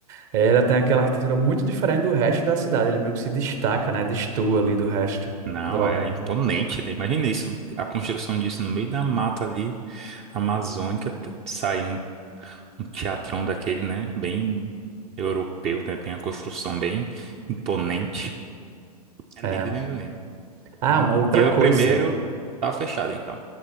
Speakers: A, on the right; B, on the right.
A: eh, ela tem aquela arquitetura muito diferente do resto da cidade. Ele meio que se destaca, né? Destoa ali do resto
B: Não,
A: do Ohad.
B: é imponente, né? Imagina isso, a construção disso no meio da mata ali, amazônica, t- sair um um teatrão daquele, né? Bem europeu, né? Bem a construção bem imponente. É
A: É,
B: lindo,
A: amigo.
B: lindo, lindo. Então,
A: Ah, uma outra
B: dia
A: coisa.
B: primeiro tá fechado, então.